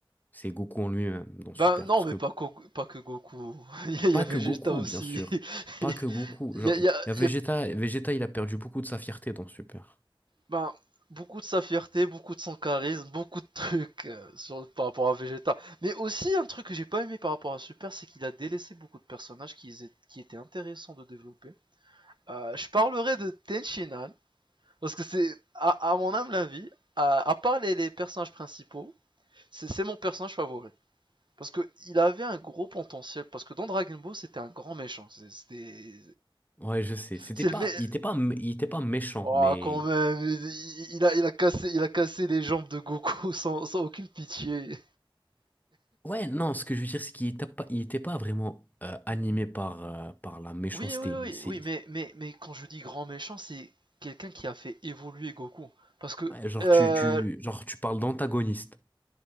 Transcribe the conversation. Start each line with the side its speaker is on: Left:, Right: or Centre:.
Left: C'est Goku en lui-même dans
Right: Ben
Left: Super.
Right: non,
Left: Parce
Right: mais
Left: que
Right: pas, Ko- pas que Goku. <laughs> Il y
Left: pas
Right: a Vegeta
Left: que Goku,
Right: aussi.
Left: bien sûr.
Right: <laughs>
Left: Pas
Right: Il
Left: que Goku. Genre,
Right: y a, il
Left: il
Right: y a-
Left: y a Vegeta.
Right: il y a-
Left: Vegeta, il a perdu beaucoup de sa fierté dans Super.
Right: ben, beaucoup de sa fierté, beaucoup de son charisme, beaucoup de trucs euh, sur, par rapport à Vegeta. Mais aussi, un truc que j'ai pas aimé par rapport à Super, c'est qu'il a délaissé beaucoup de personnages qui, étaient- qui étaient intéressants de développer. Euh, je parlerai de Tenshinhan, parce que c'est, à, à mon humble avis, à, à part les, les personnages principaux, c'est mon personnage favori. Parce que il avait un gros potentiel. Parce que dans Dragon Ball, c'était un grand méchant. C'était.
Left: Ouais, je sais. C'était
Right: C'est
Left: pas,
Right: le mec.
Left: il était pas, mé- il était pas méchant,
Right: Oh,
Left: mais
Right: quand même. il- Il a, il, a cassé, il a cassé les jambes de Goku <laughs> sans, sans aucune pitié.
Left: ouais, non. Ce que je veux dire, c'est qu'il était pas, il était pas vraiment euh, animé par euh, par la méchanceté.
Right: Oui, oui, oui,
Left: Mais c'est
Right: oui, mais, mais, mais quand je dis grand méchant, c'est quelqu'un qui a fait évoluer Goku. Parce que.
Left: Ouais, genre
Right: euh,
Left: tu, tu, genre tu parles d'antagoniste.